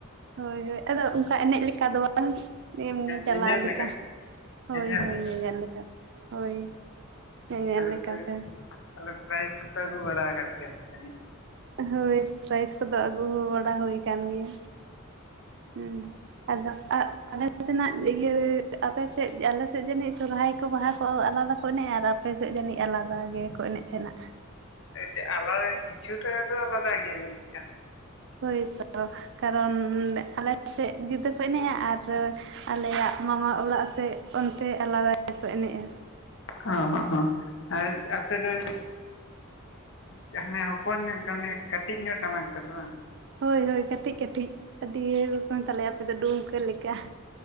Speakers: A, on the right; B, on the left.
A: ᱦᱳᱭ ᱦᱳᱭ ᱟᱫᱚ ᱚᱱᱠᱟ ᱮᱱᱮᱡ ᱞᱮᱠᱟ ᱫᱚ ᱵᱟᱝ᱾ ᱮᱢᱱᱤ ᱪᱟᱞᱟᱣ
B: ᱧᱮᱧᱮᱞ
A: ᱞᱮᱠᱟ
B: ᱞᱮᱠᱟᱛᱮ
A: ᱦᱳᱭ
B: ᱧᱮᱧᱮᱞ
A: ᱦᱳᱭ
B: ᱞᱮᱠᱟᱛᱮ
A: ᱧᱮᱧᱮᱞ ᱞᱮᱠᱟ ᱦᱳᱭ᱾ ᱦᱮ ᱧᱮᱞ
B: ᱛᱟᱦᱚᱞᱮ
A: ᱞᱮᱠᱟᱛᱮ᱾
B: ᱯᱮ ᱛᱟᱦᱚᱞᱮ ᱯᱨᱟᱭᱤᱡᱽ ᱠᱚᱯᱮ ᱟᱹᱜᱩ ᱵᱟᱲᱟ ᱟᱠᱟᱫ ᱜᱮᱭᱟ ᱥᱮ ᱡᱟᱹᱱᱤᱡ᱾
A: ᱦᱳᱭ ᱯᱨᱟᱭᱤᱡᱽ ᱠᱚᱫᱚ ᱟᱹᱜᱩ ᱵᱟᱲᱟ ᱦᱩᱭ ᱟᱠᱟᱱ ᱜᱮᱭᱟ᱾ ᱦᱮᱸ᱾ ᱟᱫᱚ ᱟᱞᱮ ᱥᱮᱱᱟᱜ ᱤᱭᱟᱹ ᱟᱯᱮᱥᱮᱫ ᱟᱞᱮᱥᱮᱫ ᱡᱟᱹᱱᱤᱡ ᱥᱚᱨᱚᱦᱟᱭ ᱠᱚ ᱵᱟᱦᱟ ᱠᱚ ᱟᱞᱟᱫᱟ᱾ ᱠᱚ ᱚᱱᱮᱡᱟ ᱟᱨ ᱟᱯᱮ ᱥᱮᱫ ᱠᱚ ᱡᱟᱹᱱᱤᱡ ᱟᱞᱟᱫᱟ ᱜᱮᱠᱚ ᱮᱱᱮᱡ ᱛᱟᱦᱮᱱᱟ᱾
B: ᱮ ᱟᱞᱟᱫᱟ ᱠᱤᱪᱷᱩᱴᱟ ᱫᱚ ᱟᱞᱟᱫᱟ ᱜᱮᱭᱟ ᱡᱟᱹᱱᱤᱡ ᱠᱷᱟᱱ᱾
A: ᱦᱳᱭ ᱛᱚ ᱠᱟᱨᱚᱱ ᱟᱞᱮ ᱥᱮᱫ ᱡᱩᱫᱟᱹ ᱠᱚ ᱮᱱᱮᱡᱼᱟ ᱟᱨ ᱟᱞᱮᱭᱟᱜ ᱢᱟᱢᱟ ᱚᱲᱟᱜ ᱥᱮᱫ ᱚᱱᱛᱮ ᱟᱞᱟᱫᱟ ᱜᱮᱠᱚ ᱮᱱᱮᱡᱼᱟ᱾
B: ᱦᱚ ᱦᱚ ᱟᱨ ᱟᱯᱮ ᱫᱚ᱾ ᱡᱟᱦᱟ ᱦᱚᱯᱚᱱ ᱱᱚᱜ ᱠᱟᱱᱮ ᱠᱟᱹᱴᱤᱡ ᱧᱚᱜ ᱴᱟᱢᱟᱠ ᱛᱟᱯᱮ ᱵᱟᱝ?
A: ᱦᱳᱭ ᱦᱳᱭ ᱠᱟᱹᱴᱤᱡ ᱠᱟᱹᱴᱤᱡ ᱟᱹᱰᱤ ᱨᱚᱠᱚᱢ ᱛᱟᱞᱮᱭᱟ ᱟᱯᱮ ᱫᱚ ᱰᱩᱢᱠᱟᱹ ᱞᱮᱠᱟ᱾